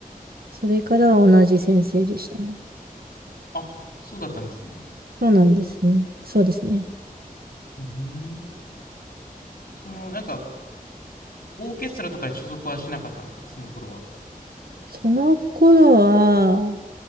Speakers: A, on the right (about 80°); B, on the left (about 75°).
A: それからは同じ先生でしたね。
B: あ、そうだったんですね。
A: そうなんですね。そうですね。
B: うーんその、なんか、オーケストラとかに所属はしなかったんですか、その頃は。
A: その頃は、